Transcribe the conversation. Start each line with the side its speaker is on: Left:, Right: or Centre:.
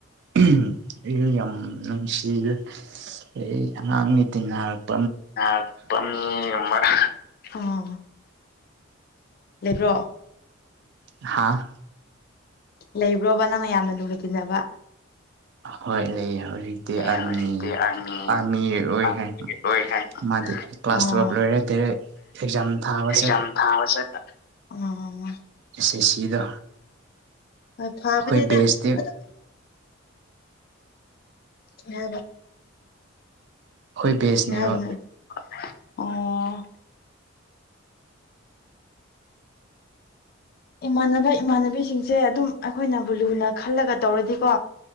Right: ꯎꯝ ꯑꯩꯖꯨ ꯌꯥꯝ ꯅꯨꯪꯁꯤꯌꯦ ꯑꯩ ꯑꯉꯥꯡꯅꯤ ꯇꯤꯟꯅꯔ <unintelligible>
Left: <unintelligible> <unintelligible>
Right: ꯍꯥꯥ
Left: ꯂꯩꯕ꯭ꯔꯣꯕ ꯅꯪꯅꯥ ꯌꯥꯝꯅꯥ ꯂꯨꯅꯤ ꯇꯤꯟꯅꯕ
Right: ꯍꯣꯏ ꯂꯩꯌꯦ ꯍꯧꯖꯤꯛꯇꯤ
Left: ꯑꯩ
Right: ꯑꯥꯔꯃꯤ
Left: ꯍꯧꯖꯤꯛꯇꯤ ꯑꯥꯔꯃꯤ
Right: ꯑꯥꯔꯃꯤ ꯑꯣꯏꯈ꯭ꯔꯦ
Left: ꯑꯥꯔꯃꯤꯒꯤ ꯂꯣꯏ ꯍꯥꯏ
Right: ꯃꯥꯗꯤ ꯀ꯭ꯂꯥꯁ
Left: ꯑꯣ
Right: ꯇꯨꯋꯦꯜꯕ ꯂꯣꯏꯔꯦ <unintelligible> ꯑꯦꯛꯖꯥꯝ ꯊꯥꯕꯁꯤ
Left: ꯖꯥꯝ ꯊꯥꯕ ꯆꯠꯄꯥ <unintelligible>
Right: ꯢꯁ ꯢꯁ ꯁꯤꯗꯣ
Left: ꯍꯣꯏ ꯐꯥꯕꯅꯤꯗꯥ
Right: ꯑꯩꯈꯣꯏ ꯕꯦꯁꯇꯤ
Left: ꯑꯗꯨꯝ <unintelligible>
Right: ꯑꯩꯈꯣꯏ ꯕꯦꯁꯅꯦꯕ
Left: <unintelligible> ꯍꯥꯏꯕꯅꯣ ꯑꯣ ꯏꯃꯥꯟꯅꯕ ꯏꯃꯥꯟꯅꯕꯤꯁꯤꯡꯁꯦ ꯑꯗꯨꯝ ꯑꯩꯈꯣꯏꯅꯕꯨ ꯂꯨꯅ ꯈꯜꯂꯒꯥ ꯇꯧꯔꯗꯤꯀꯣ